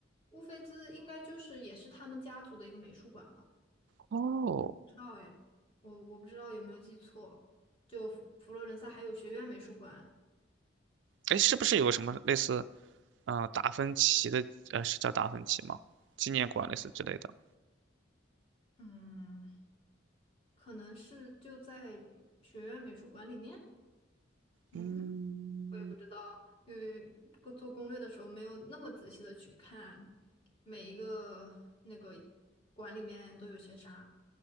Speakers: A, on the left (about 30°); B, on the right (about 70°).
A: 乌菲兹应该就是也是他们家族的一个美术馆吧？
B: 哦，
A: 不知道哎，我我不知道有没有记错。就佛佛罗伦萨还有学院美术馆，
B: 哎，是不是有个什么类似，嗯，达芬奇的，呃，是叫达芬奇吗？纪念馆类似之类的。
A: 嗯，可能是就在学院美术馆里面。嗯哼，
B: 嗯，
A: 我也不知道，因为做做攻略的时候没有那么仔细的去看每一个那个馆里面都有些啥。